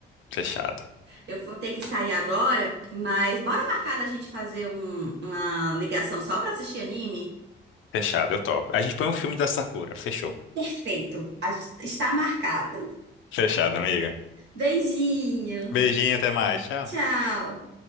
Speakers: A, on the left; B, on the right.
A: Fechado.
B: Eu vou ter que sair agora, mas bora marcar da gente fazer um- uma ligação só pra assistir anime?
A: Fechado, eu topo. A gente põe um filme da Sakura, fechou.
B: Perfeito, a- está marcado.
A: Fechado, amiga.
B: Beijinho,
A: Beijinho, até mais. Tchau.
B: tchau.